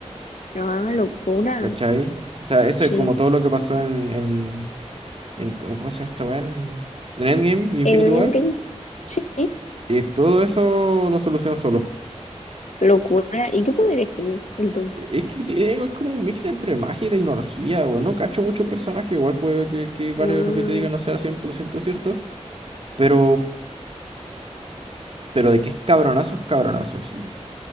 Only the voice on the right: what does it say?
¿Cachai? O sea, eso
es como todo lo que pasó en, en- ¿cómo se llama esta weá? En, en Endgame y Infinity
War,
eh, todo eso lo solucionó solo.
Eh, Es que te- digo, es como un mix entre magia y tecnología, weón. No cacho mucho el personaje, igual puede que, que varios
de lo que te diga no sea 100% cierto, pero, pero de que es cabronazo, es cabronazo, sí.